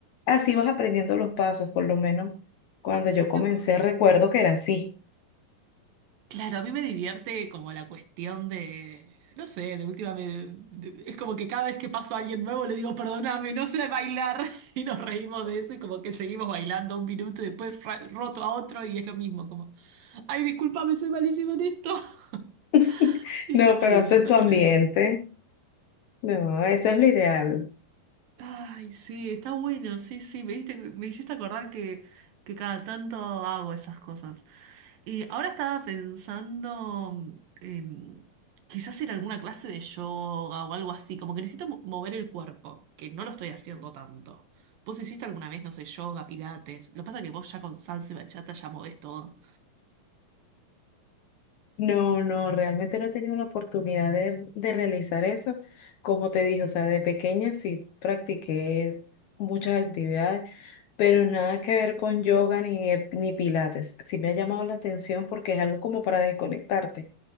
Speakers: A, on the left (about 70°); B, on the right (about 75°).
A: así vas aprendiendo los pasos, por lo menos cuando yo comencé,
B: no.
A: recuerdo que era así.
B: Claro, a mí me divierte como la cuestión de, no sé, de última vez, es como que cada vez que paso a alguien nuevo le digo, perdóname, no sé bailar, <laughs> y nos reímos de eso y como que seguimos bailando un minuto y después ra- roto a otro y es lo mismo, como, ay, discúlpame, soy malísimo en esto. <laughs>
A: <laughs>
B: Y
A: No,
B: yo me
A: pero
B: divierto
A: haces tu
B: con
A: ambiente.
B: eso.
A: No, eso es lo ideal.
B: Ay, sí, está bueno, sí, sí, me diste- me hiciste acordar que, que cada tanto hago esas cosas. Y ahora estaba pensando, em, quizás ir a alguna clase de yoga o algo así, como que necesito mo- mover el cuerpo, que no lo estoy haciendo tanto. ¿Vos hiciste alguna vez, no sé, yoga, pilates? Lo que pasa es que vos ya con salsa y bachata ya movés todo.
A: No, no, realmente no he tenido la oportunidad de, de realizar eso. Como te dije, o sea, de pequeña sí practiqué muchas actividades, pero nada que ver con yoga ni, eh, ni pilates. Sí me ha llamado la atención porque es algo como para desconectarte